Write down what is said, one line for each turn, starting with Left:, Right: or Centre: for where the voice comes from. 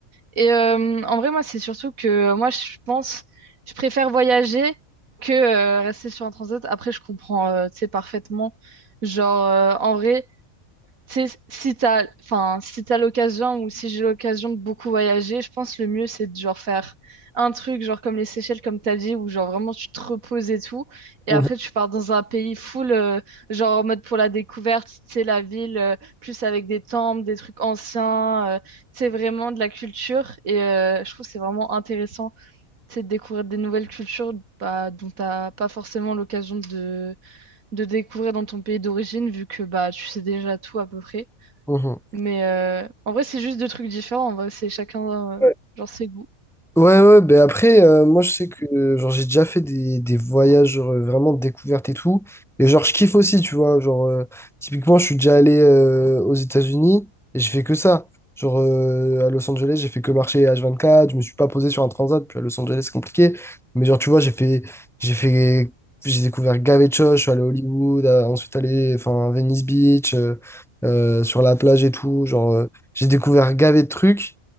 Right: Et euh, en vrai, moi, c'est surtout que euh, moi, je pense, je préfère voyager que euh, rester sur un transat. Après, je comprends, euh, tu sais, parfaitement. Genre, euh, en vrai, tu sais, si t'as, enfin, si t'as l'occasion ou si j'ai l'occasion de beaucoup voyager, je pense le mieux c'est de genre faire un truc genre comme les Seychelles comme t'as dit où genre vraiment tu te reposes et tout et
Centre: Mhm,
Right: après tu pars dans un pays full euh, genre en mode pour la découverte, tu sais la ville euh, plus avec des temples, des trucs anciens, euh, tu sais vraiment de la culture et euh, je trouve que c'est vraiment intéressant, tu sais, de découvrir des nouvelles cultures bah, dont t'as pas forcément l'occasion de de découvrir dans ton pays d'origine vu que bah tu sais déjà tout à peu près.
Centre: mhm,
Right: Mais euh, en vrai, c'est juste deux trucs différents. En vrai, c'est chacun, euh,
Centre: mhm.
Right: genre, ses goûts.
Centre: Ouais, ouais, ben après, euh, moi je sais que euh, genre j'ai déjà fait des, des voyages genre, euh, vraiment de découverte et tout. Et genre je kiffe aussi, tu vois. Genre, euh, typiquement, je suis déjà allé euh, aux États-Unis et j'ai fait que ça. Genre euh, à Los Angeles, j'ai fait que marcher H24, je me suis pas posé sur un transat, puis à Los Angeles, c'est compliqué. Mais genre, tu vois, j'ai fait, j'ai fait, j'ai découvert gavé de choses, je suis allé à Hollywood, à- ensuite allé enfin, à Venice Beach, euh, euh, sur la plage et tout. Genre, euh, j'ai découvert gavé de trucs.